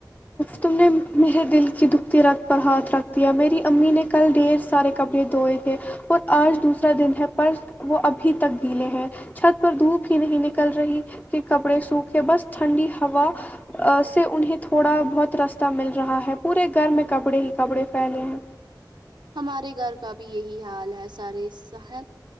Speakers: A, on the left; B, on the right.
A: تم نے میرے دل کی دکھتی رکھت پر ہاتھ رکھ دیا میری امی نے کل ڈھیر سارے کپڑے دھوئے تھے اور آج دوسرا دن ہے پر وہ ابھی تک گیلے ہیں چھت پر دھوپ ہی نہیں نکل رہی کہ کپڑے سوکھے بس ٹھنڈی ہوا سے انہیں تھوڑا بہت رستہ مل رہا ہے پورے گھر میں کپڑے ہی کپڑے پھیلے ہیں
B: ہمارے گھر کا بھی یہی حال ہے سارے سحر